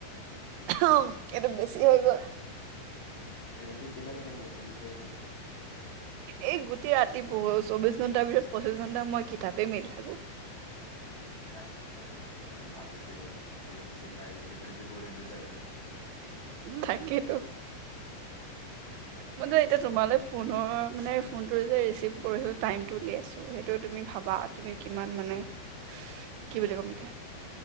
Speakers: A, on the right; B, on the left.
A: ওহ ওহ এইটো বেছি হৈ গ'ল।
B: ৰাতি কেইটা লাগে পঢ়া দুটাত।
A: এই গোটেই ৰাতি পঢ়োঁ। চৌবিশ ঘণ্টাৰ ভিতৰত পঁচিছ ঘণ্টা মই কিতাপেই মেলি থাকোঁ।
B: তাকে মই একদম ভাৱিছিলোঁ three sixty. Five hundred twenty four into seven.
A: তাকেইতো মই দে এতিয়া তোমালৈ ফোনৰ। মানে ফোনটো যে ৰিচিভ কৰিছোঁ টাইটো উলিয়াইছোঁ সেইটো তুমি ভাবা তুমি কিমান মানে।
B: <inaudible>
A: কি বুলি ক'ম এতিয়া